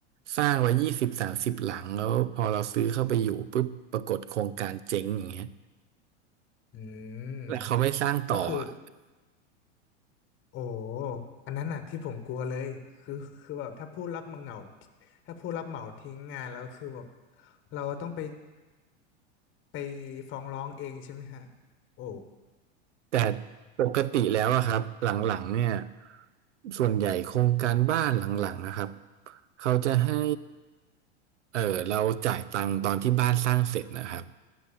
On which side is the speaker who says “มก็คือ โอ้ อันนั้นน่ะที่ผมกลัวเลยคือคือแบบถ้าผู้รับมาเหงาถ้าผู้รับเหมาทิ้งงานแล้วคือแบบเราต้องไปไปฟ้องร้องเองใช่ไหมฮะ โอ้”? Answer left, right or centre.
Left